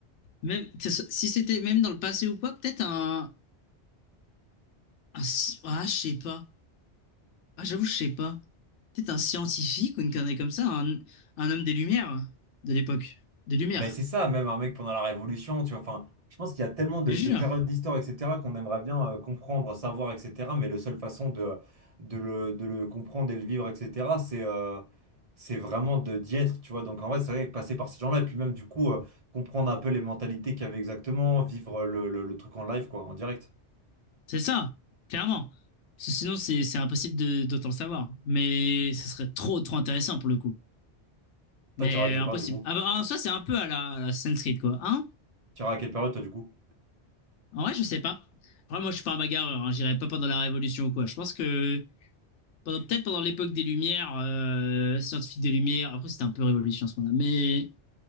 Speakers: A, on the left (about 85°); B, on the right (about 40°).
A: Même que ce- si c'était même dans le passé ou quoi, peut-être un, un sci- ah je sais pas. Ah j'avoue je sais pas. Peut-être un scientifique ou une connerie comme ça, un, un homme des Lumières de l'époque, des Lumières.
B: Ben c'est ça, même un mec pendant la Révolution, tu vois. Enfin, je pense qu'il y a tellement de,
A: Je
B: de
A: te jure,
B: périodes d'histoire, etc., qu'on aimerait bien euh, comprendre, savoir, etc. Mais la seule façon de, de le, de le comprendre et le vivre, etc., c'est euh, c'est vraiment de d'y être, tu vois. Donc en vrai, c'est vrai que passer par ces gens-là, et puis même du coup, euh, comprendre un peu les mentalités qu'il y avait exactement, vivre le, le- le truc en live, quoi, en direct.
A: c'est ça, clairement. Parce que sinon c'est c'est impossible de d'autant le savoir. Mais ce serait trop trop intéressant pour le coup.
B: Toi,
A: Mais
B: tu iras à quelle
A: euh, impossible.
B: période du coup?
A: Ah bah, en soi c'est un peu à la, à la Assassin's Creed, quoi, hein?
B: Tu iras à quelle période, toi, du coup?
A: En vrai je sais pas. Après moi je suis pas un bagarreur, hein. J'irai pas pendant la Révolution ou quoi. Je pense que peut-être pendant l'époque des Lumières, euh, scientifique des Lumières. Après, c'était un peu révolution à ce moment-là, mais